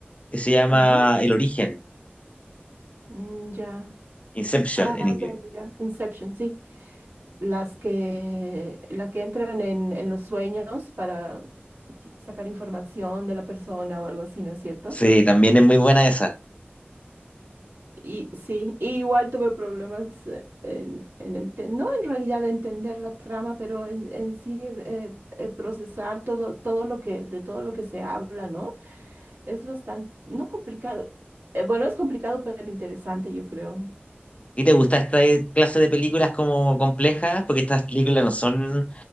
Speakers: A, on the left; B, on the right.
A: que se llama
B: Ajá,
A: El Origen
B: mm, ya.
A: Inception
B: Ah,
A: en inglés.
B: ya, ya, ya. Inception, sí. Las que, la que entran en, en los sueños para qui- sacar información de la persona o algo así, ¿no es cierto?
A: Sí, también es muy buena esa.
B: Y sí, y igual tuve problemas eh, en, en ente- no en realidad de entender la trama, pero en, en sí eh, eh, procesar todo, todo lo que, de todo lo que se habla, ¿no? Es bastante, no complicado. eh, bueno, es complicado, pero interesante, yo creo.
A: ¿Y te gusta esta eh, clase de películas como complejas? Porque estas películas no son